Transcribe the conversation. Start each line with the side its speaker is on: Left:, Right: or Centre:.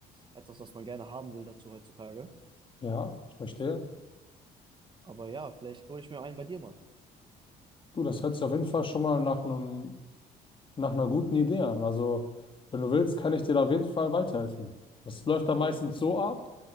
Right: etwas, was man gerne haben will dazu heutzutage.
Left: Ja, ich verstehe.
Right: Aber ja, vielleicht hole ich mir einen bei dir mal.
Left: Du, das hört sich auf jeden Fall schon mal nach einem nach einer guten Idee an. Also, wenn du willst, kann ich dir da auf jeden Fall weiterhelfen. Das läuft dann meistens
Right: Ja.
Left: so ab,